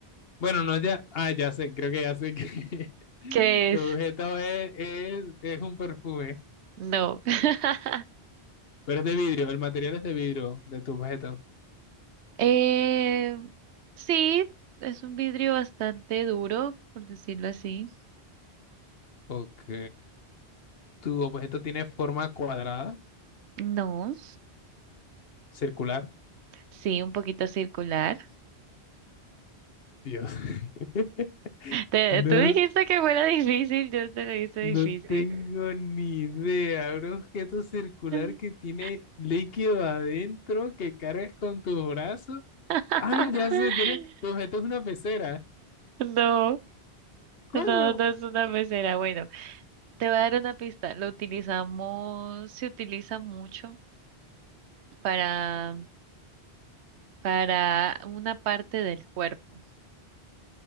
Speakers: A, on the left (about 65°); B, on the right (about 85°).
A: Bueno, no es de. Ah, ya sé, creo que ya sé que. <laughs>
B: ¿Qué
A: Tu
B: es?
A: objeto es, es, es un perfume,
B: No. <laughs>
A: pero es de vidrio. El material es de vidrio de tu objeto.
B: Eh, sí, es un vidrio bastante duro, por decirlo así.
A: Ok. Tu objeto tiene forma cuadrada,
B: No,
A: circular.
B: sí, un poquito circular.
A: Dios. <laughs>
B: <laughs> Te-
A: No,
B: tú dijiste que fuera difícil, yo te lo hice
A: No
B: difícil.
A: tengo ni idea, un objeto circular
B: <laughs>
A: que tiene líquido adentro que cargas con tus brazos.
B: <laughs>
A: Ah, ya sé, tiene, tu objeto es una pecera.
B: No,
A: ¿Cómo?
B: no, no es una pecera. Bueno, te voy a dar una pista. Lo utilizamos, se utiliza mucho para, para una parte del cuerpo.